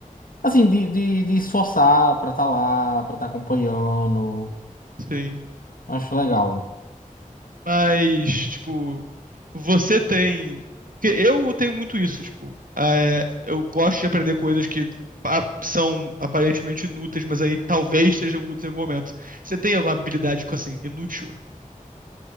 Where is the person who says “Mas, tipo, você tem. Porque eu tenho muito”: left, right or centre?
Right